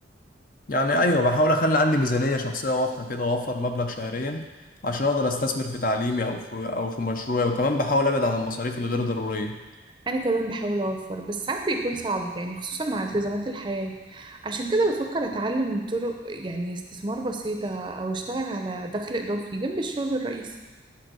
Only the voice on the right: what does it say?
أنا كمان بحاول أوفر بس ساعات بيكون صعب يعني خصوصا مع التزامات الحياة عشان كده بفكر أتعلم طرق يعني استثمار بسيطة أو أشتغل على دخل إضافي جنب الشغل الرئيسي